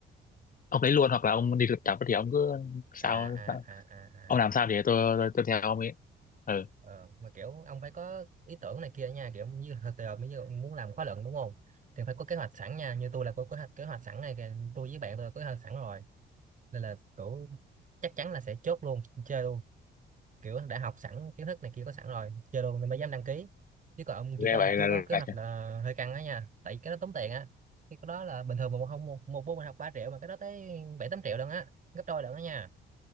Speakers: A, on the left (about 45°); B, on the right (about 40°).
A: ông lấy luôn hoặc là ông đi thực tập thì ông cứ sao,
B: à à
A: sao
B: à à
A: ông
B: à
A: làm sao thì tôi tôi, tôi theo ông ấy ừ
B: Ờ, mà kiểu ông phải có ý tưởng này kia nha kiểu như hồi giờ bây giờ ông muốn làm khóa luận đúng không thì phải có kế hoạch sẵn nha như tôi là có kế hoạch kế hoạch sẵn này kìa tôi với bạn tôi có kế hoạch sẵn rồi nên là kiểu chắc chắn là sẽ chốt luôn chơi luôn kiểu đã học sẵn kiến thức này kia có sẵn rồi chơi luôn nên mới dám đăng ký chứ còn ông
A: nghe
B: chưa có
A: vậy
B: chưa
A: là là
B: có kế hoạch là hơi căng á nha tại vì cái đó tốn tiền á cái đó là bình thường mà một không một một môn mình học 3 triệu mà cái đó tới bảy tám triệu lần á gấp đôi lần đó nha